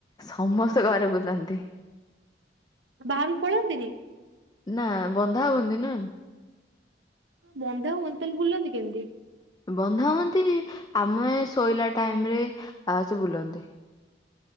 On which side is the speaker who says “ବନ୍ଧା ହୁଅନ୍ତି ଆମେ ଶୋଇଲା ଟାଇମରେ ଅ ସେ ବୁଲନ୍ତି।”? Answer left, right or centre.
Left